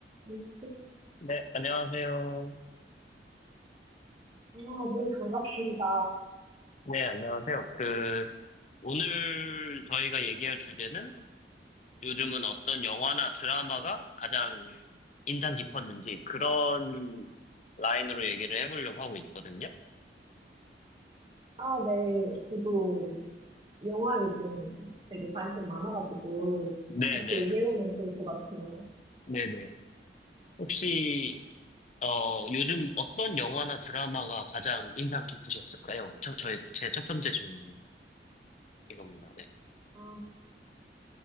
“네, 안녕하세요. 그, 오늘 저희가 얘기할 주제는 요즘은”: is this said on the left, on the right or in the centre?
Left